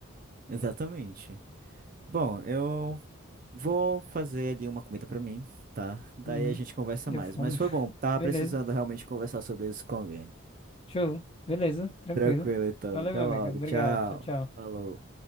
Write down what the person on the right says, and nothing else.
exatamente. Bom, eu vou fazer ali uma comida pra mim, tá? Daí
a gente conversa
mais.
Mas foi
bom, tava
precisando realmente conversar sobre isso com alguém.
Tranquilo, então.
Até
logo.
Tchau.
Falou.